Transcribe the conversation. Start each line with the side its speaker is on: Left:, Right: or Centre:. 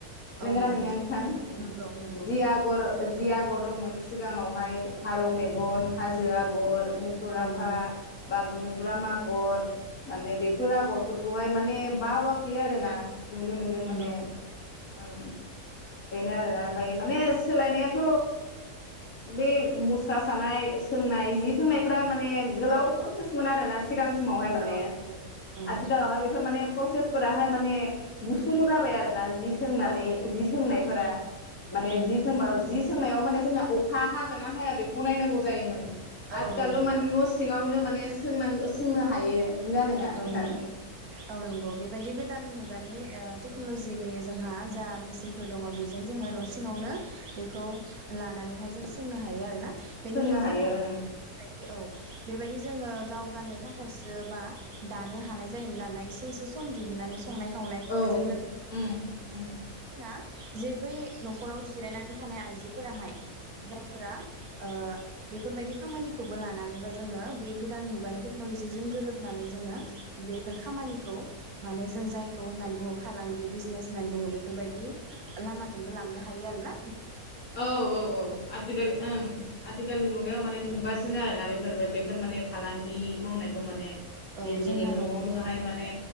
Left: नोंगोना
Right: औ नंगौ
Left: नोना नोंथां
Right: नंगौ नंगौ
Left: जि आगर जि गर दंमोन सिगाङावहाय फारौ मेगन हाजो आगर मुखुर
Right: औ
Left: आफा
Right: नंगौ
Left: बा बन्दुराम आगर माने बेफोर आगरफोरखौहाय माने बावाखै आरो ना नुनो मोनदों माने
Right: नंगौ
Left: उम बेनो आरोना ओमफ्राय माने सोलायनायाथ बे मुस्रा सानाय सोंनाय जि सोंनायफोरा मा माने गोलाव
Right: औ
Left: प्रसेसमोन आरोना सिगां समावहाय माने
Right: औ नंगौ नंगौ
Left: आथिखालाव हा प्रसेस फोराहाय माने गुसुं जाबाय आरो ना जि सोंनानै
Right: औ नंगौ
Left: जि सोंनाय फोरा माने
Right: औ
Left: जि सोंबा जि सोंनायाव माने जोंनाअ हा हागोन ना हाया बेखौ नायनांगौ जायोमोन। आजिखालथ
Right: औ नंगौ
Left: माने न सिङावनो मान बे सोंनांगो सोंनो हायो नंगोना नोङा
Right: औ
Left: नोंथां।
Right: नंगौ औ नंगौ बेबायदि गोदान मुगानि ओ टेक्नलजिनि जोंहा जा मेसिनफोर दङ बेजों जोङो न सिङावनो बेखौ लानानैहाय जों सोंनो हायो आरो बेनिफ्राय
Left: सोंनो हायो
Right: जोंहा गायो
Left: ओं
Right: औ बेबायदि जोङो गाव गाननो थाखाय खायसोबा दानो हानाय जायोमोन नालाय एसे एसे सम दिहुननानै संनाय संनायजों
Left: औ उम
Right: लोगो
Left: उम
Right: <unintelligible> जे बै नखराव जिरायनानै थानाय आइजो फोराहाय जाय फोरा ओ बेफोरबायदि खामानिखौबो लानानैबा जोङो बै गोदान मुगानि टेक्नलजिजों गोरोबनानै जोङो बेफोर खामानिखौ माने जों जायखौ होननानै बुङो फालांगि बिजनेस होननानै बुङो बेफोरबायदि लामाजोंबो लांनो हायो आरोना।
Left: औ औ औ आजिखालि ओं आथिखालनि मुगायाव माने नुगासिनो आरोना बेफोरबो बे फोर माने फालांगि मावनायखौ माने
Right: औ
Left: निजेनि
Right: जोंहा
Left: नआवनोहाय माने